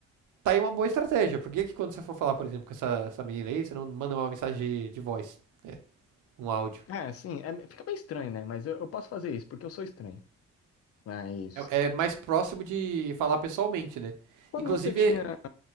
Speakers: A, on the right; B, on the left.
A: tá aí uma boa estratégia. Por que que quando você for falar, por exemplo, com essa, essa menina aí, você não manda uma mensagem de, de voz, né? Um áudio.
B: É, sim, é- fica bem estranho, né? Mas eu, eu posso fazer isso, porque eu sou estranho. Mas.
A: É, é mais próximo de falar pessoalmente, né?
B: Quando
A: Inclusive,
B: você tinha.